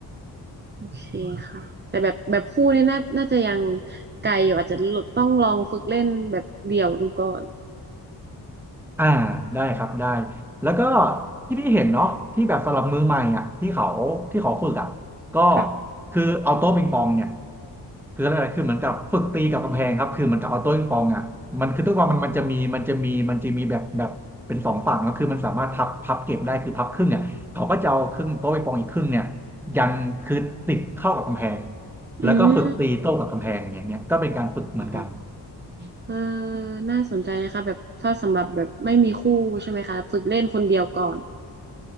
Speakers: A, on the right; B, in the centre.
A: โอเคค่ะ แต่แบบแบบคู่นี่น่าน่าจะยังไกลอยู่อาจจะต้องลองฝึกเล่นแบบเดี่ยวดูก่อน
B: อ่าได้ครับได้แล้วก็ที่พี่เห็นเนาะที่แบบสำหรับมือใหม่อ่ะที่เขาที่เขาฝึกอ่ะก็
A: ค่ะ
B: คือเอาโต๊ะปิงปองเนี่ยคืออะไรคือเหมือนกับฝึกตีกับกำแพงครับคือเหมือนกับเอาโต๊ะปิงปองอ่ะมันคือตัวมันมันจะมีมันจะมีมันจะมีแบบแบบเป็นสองฝั่งก็คือมันสามารถพับพับเก็บได้คือพับครึ่งเนี่ยเขาก็จะเอาครึ่งโต๊ะปิงปองอีกครึ่งเนี่ยยังคือติดเข้ากับกำแพง
A: อืม
B: แล้วก็ฝึกตีโต้กับกำแพงอย่างเงี้ยก็เป็นการฝึกเหมือนกัน
A: อ๋อ เออน่าสนใจนะคะแบบถ้าสำหรับแบบไม่มีคู่ใช่ไหมคะฝึกเล่นคนเดียวก่อน